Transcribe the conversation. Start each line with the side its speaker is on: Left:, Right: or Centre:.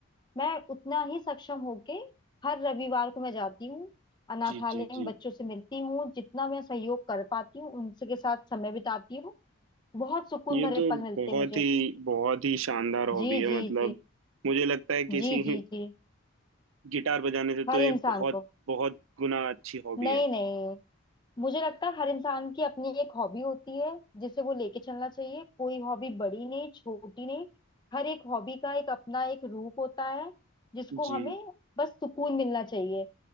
Left: मैं उतना ही सक्षम होके हर रविवार को मैं जाती हूँ अनाथालय
Right: जी जी
Left: में
Right: जी
Left: बच्चों से मिलती हूँ जितना मैं सहयोग कर पाती हूँ उनसे के साथ समय बिताती हूँ बहुत सुकून
Right: ये
Left: भरे
Right: तो
Left: पल मिलते
Right: बहुत
Left: हैं मुझे
Right: ही बहुत ही शानदार हॉबी
Left: जी
Right: है
Left: जी
Right: मतलब
Left: जी
Right: मुझे लगता है किसी
Left: जी जी जी
Right: गिटार बजाने से तो
Left: हर
Right: ये
Left: इंसान
Right: बहुत
Left: को
Right: बहुत गुना अच्छी हॉबी
Left: नहीं
Right: है
Left: नहीं मुझे लगता है हर इंसान की अपनी एक हॉबी होती है जिसे वो लेके चलना चाहिए कोई हॉबी बड़ी नहीं छोटी नहीं हर एक हॉबी का एक अपना एक रूप होता है जिसको
Right: जी
Left: हमें बस सुकून मिलना चाहिए